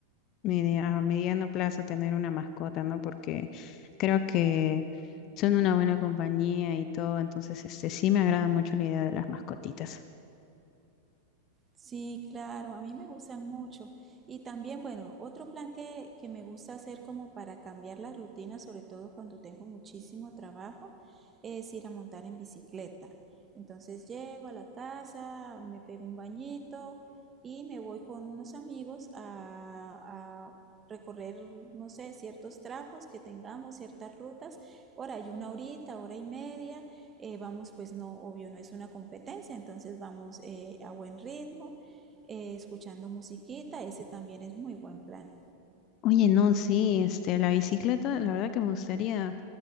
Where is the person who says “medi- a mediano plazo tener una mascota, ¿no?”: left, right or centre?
Left